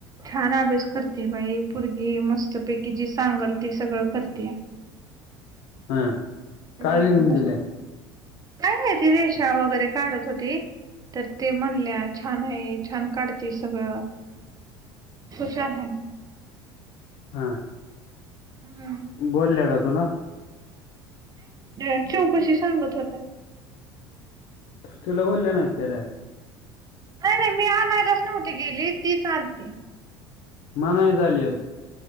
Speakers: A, on the right; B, on the left.
A: छान अभ्यास करते बाई परगी मस्तपैकी जी सांगल ती सगळं करते
B: हा
A: हम्म
B: काय लिहून दिलंय
A: काय नाही ती रेषा वगैरे काढत होती तर ते म्हणल्या छान आहे छान काढते सगळं खुशार आहे
B: हा
A: हम्म
B: बोलल्या का तुला
A: मा चौकशी सांगत होत्या
B: तुला बोलल्या ना कय
A: नाही नाही मी आणायलाच नव्हती गेली ती चालते
B: मना झाली होती